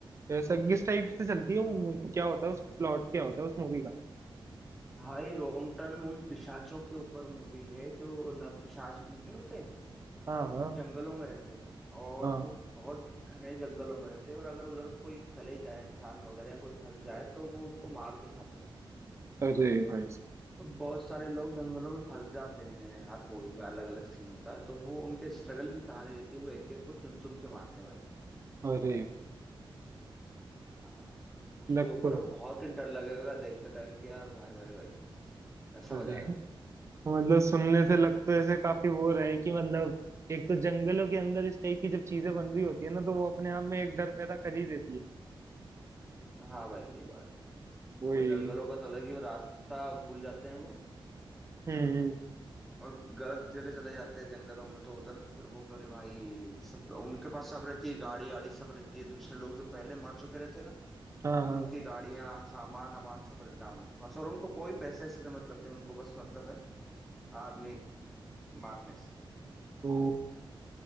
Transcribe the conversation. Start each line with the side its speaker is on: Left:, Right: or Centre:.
Right: ऐसा किस टाइप से चलती है वो movie? क्या होता है उस प्लॉट क्या होता है उस मूवी का
Centre: भाई रॉन्ग टर्न उन पिशाचों के ऊपर मूवी है जो नरपिशाच नहीं होते
Right: हाँ हाँ
Centre: वे जंगलों में रहते हैं और
Right: हाँ
Centre: वो बहुत घने जंगलों में रहते हैं और अगर उधर कोई चले जाए इंसान वगैरह या कोई फंस जाए तो वो उनको मार के खाते हैं
Right: अरे भाई
Centre: तो बहुत सारे लोग जंगलों में फंस जाते हैं हर मूवी में अलग अलग सीन होता है तो वो उनके स्ट्रगल की कहानी देती है वो एक एक को चुन चुन के मारते हैं भाई
Right: अरे
Centre: हाँ उसके
Right: लग
Centre: ऊपर
Right: तो
Centre: अब बहुत ही डर लगेगा देखते टाइम कि यार भाई भाई भाई ऐसा
Right: अरे
Centre: हो जाएगा
Right: मतलब सुनने से लग तो ऐसे काफी वो रहा है कि मतलब एक तो जंगलों के अंदर इस टाइप की जब चीजें बन रही होती है ना तो वो अपने आप में एक डर पैदा कर ही देती है
Centre: हाँ भाई ये बात
Right: वही
Centre: वो जंगलों का तो अलग ही वो रास्ता भूल जाते हैं वो
Right: हम्म
Centre: और गलत जगह चले जाते हैं जंगलों में तो उधर फिर वो करे भाई सब उनके पास सब रहती है गाड़ी आड़ी सब रहती है दूसरे लोग जो पहले मर चुके रहते हैं ना
Right: हाँ हाँ
Centre: उनकी गाड़ियां सामान अमान सब रहता है उनके पास और उनको कोई पैसे से मतलब नहीं उनको बस मतलब है आदमी के मारने से
Right: ओ